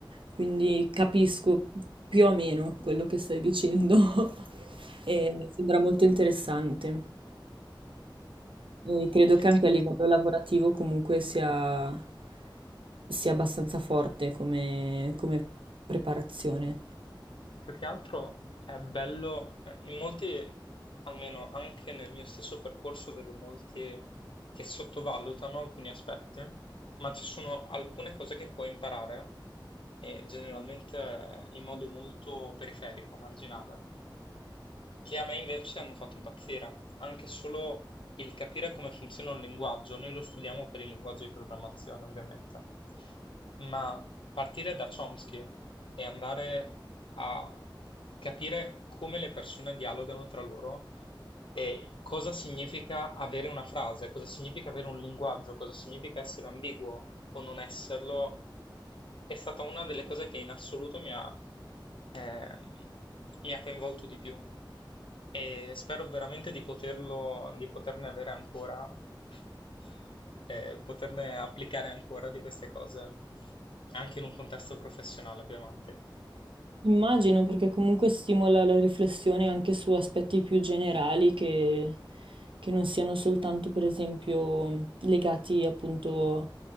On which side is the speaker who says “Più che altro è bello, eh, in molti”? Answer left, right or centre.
Left